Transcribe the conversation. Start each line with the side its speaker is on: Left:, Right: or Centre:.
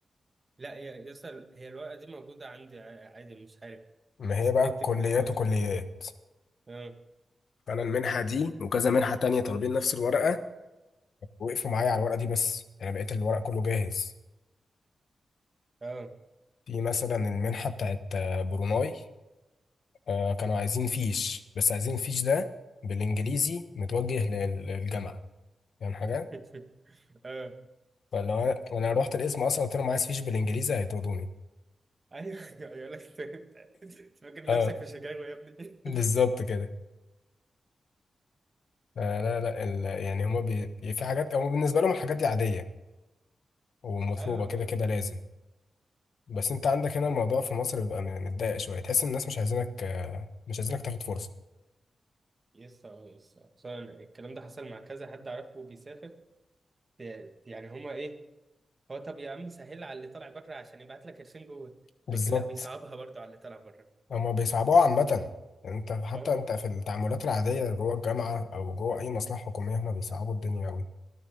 Right: لا يا يسأل هي الورقة دي موجودة عندي ع- عادي مش عارف
Left: ما هي
Right: expected
Left: بقى كليات
Right: graduation
Left: وكليات
Right: اه
Left: فانا المنحه دي وكذا منحه تانية طالبين نفس الورقه وقفوا معايا على الورقه دي بس انا بقيت الورق كله جاهز
Right: اه
Left: في مثلا المنحه بتاعت آه، بروناي آه، كانوا عايزين فيش بس عايزين فيش ده بالانجليزي متوجه لل- للجامعه يعني حاجه
Right: <laughs> اه
Left: فلو انا أنا رحت القسم اصلا قلت لهم عايز فيش بالانجليزي هيطردوني
Right: ايوه ايوه يقول لك انت أنت فاكر
Left: اه
Right: نفسك في شيكاغو يا ابني
Left: بالظبط كده آه لا لا ال- يعني هما بي... في حاجات هما بالنسبة لهم الحاجات دي عادية ومطلوبة
Right: <laughs> ايوه
Left: كده كده
Right: اه
Left: لازم بس انت عندك هنا الموضوع في مصر بيبقى م- متضايق شوية تحس ان الناس مش عايزينك آه، مش عايزينك تاخد فرصة
Right: يس اه يس أصل أنا الكلام ده حصل مع كذا حد اعرفه بيسافر ت- يعني هما ايه هو طب يا عم سهل على اللي طالع بره عشان يبعت لك قرشين جوه
Left: بالظبط
Right: لكن لا بيصعبها برضو على اللي طالع بره
Left: هما بيصعبوها عامة انت حتى
Right: اه
Left: انت في التعاملات العادية جوه الجامعة او جوه اي مصلحة حكومية هما بيصعبوا الدنيا اوي